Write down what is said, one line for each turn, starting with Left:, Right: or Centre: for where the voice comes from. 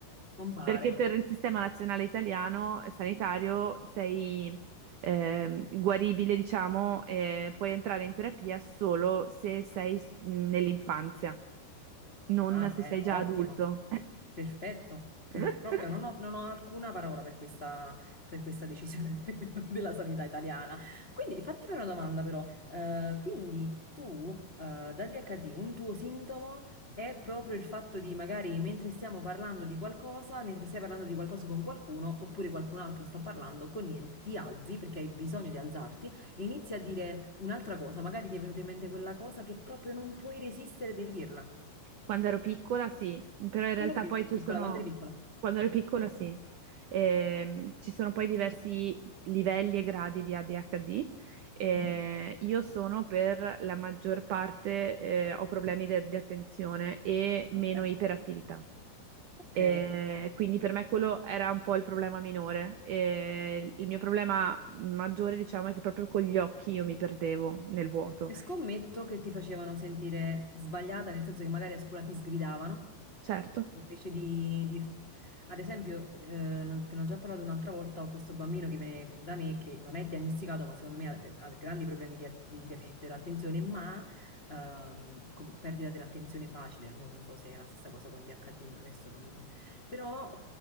Left: Compare.
Right: perché per il sistema nazionale italiano eh, sanitario sei ehm, guaribile, diciamo, e puoi entrare in terapia solo se sei s- nell'infanzia, non
Left: Ah, bene,
Right: se sei
Left: ottimo,
Right: già adulto.
Left: perfetto. Per-
Right: <laughs>
Left: proprio non ho, non ho alcuna parola per questa, per questa decisione de- <laughs> della sanità italiana. Quindi fatti fare una domanda però. Eh, quindi tu, eh, da DHD, un tuo sintomo è proprio il fatto di magari mentre stiamo parlando di qualcosa, mentre stai parlando di qualcosa con qualcuno, oppure qualcun altro sta parlando con niente, ti alzi perché hai bisogno di alzarti e inizi a dire un'altra cosa. Magari ti è venuta in mente quella cosa che proprio non puoi resistere, devi dirla.
Right: Quando ero piccola sì, però in
Left: Quando
Right: realtà
Left: eri
Right: poi ci
Left: piccola,
Right: sono,
Left: quando eri piccola.
Right: quando ero piccola sì, Ehm, ci sono poi diversi livelli e gradi di ADHD. Eh,
Left: Mhm.
Right: io sono per la maggior parte, eh, ho problemi de- di attenzione e meno
Left: Ok,
Right: iperattività.
Left: ok.
Right: Eh, quindi per me quello era un po' il problema minore. Eh, il mio problema maggiore, diciamo, è che proprio con gli occhi io mi perdevo nel vuoto.
Left: E scommetto che ti facevano sentire sbagliata, nel senso che magari a scuola ti sgridavano,
Right: Certo,
Left: invece di dirti... Ad esempio, eh, non- te ne ho già parlato un'altra volta, ho questo bambino che viene da me che non è diagnosticato, ma secondo me ha, ha grandi problemi di, di deficit dell'attenzione, ma ehm, com- perdita dell'attenzione facile. Mo non so se è la stessa cosa con DHD, no, adesso non... Però